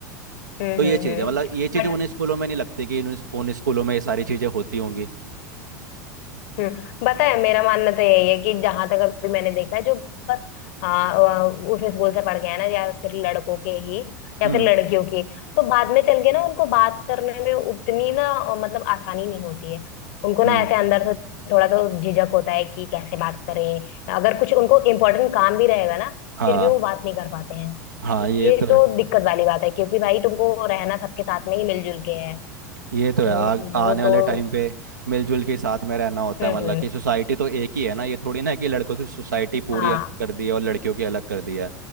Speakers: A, on the left; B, on the right.
A: हम्म
B: तो ये
A: हम्म
B: चीज
A: हम्म,
B: है मतलब ये चीज
A: बट
B: उन स्कूलों में नहीं लगती कि उन, उन स्कूलों में ये सारी चीजें होती होंगी
A: हम्म बताए मेरा मानना तो यही है कि जहां तक अभी मैंने देखा है जो बस आ, आ, उस स्कूल से पढ़ के आए ना या फिर लड़कों के ही या
B: हम्म
A: फिर लड़कियों की तो बाद में चल के ना उनको बात करने में उतनी ना अ, मतलब आसानी नहीं होती है उनको ना
B: हम्म
A: ऐसे अंदर से थोड़ा तो झिझक होता है कि कैसे बात करें अगर कुछ उनको इम्पोर्टेंट काम भी रहेगा ना
B: हाँ
A: फिर भी वो बात नहीं कर पाते हैं
B: हाँ
A: तो
B: ये
A: ये
B: तो
A: तो
B: है
A: दिक्कत वाली बात है क्योंकि भाई तुमको रहना सबके साथ में ही मिलजुल के है
B: ये तो
A: तो
B: है आ, आने
A: वो
B: वाले
A: तो
B: टाइम पे मिलजुल के साथ में रहना होता
A: हम्म
B: है मतलब
A: हम्म
B: कि सोसाइटी तो एक ही है ना ये थोड़ी ना है कि लड़कों की सोसाइटी पूरी
A: हाँ
B: अलग कर दी है और लड़कियों की अलग कर दी है